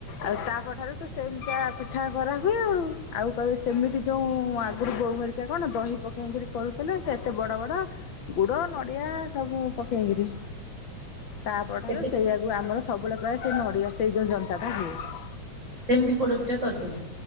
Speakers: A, on the left; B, on the right.
A: ଆଉ ତାପଠାରୁ ତ ସେମିତିଆ ପିଠା କରା ହୁଏ ଆଉ ଆଉ କହିବେ ସେମିତି ଯୋଉ ଆଗରୁ ବୋଉ ହେରିକା କଣ ଦହି ପକେଇକରି କରୁଥିଲେ ସେ ଏତେ ବଡ ବଡ ଗୁଡ ନଡିଆ ସବୁ ପକେଇକିରି। ତାପଠାରୁ
B: ଏବେ
A: ସେଇଆକୁ ଆମର ସବୁବେଳେ ପ୍ରାୟ ସେ ନଡ଼ିଆ ସେଇ ଯେଉଁ ଯନ୍ତାଟା ହୁଏ।
B: ସେମିତି ପୋଡପିଠା କରିଦେ।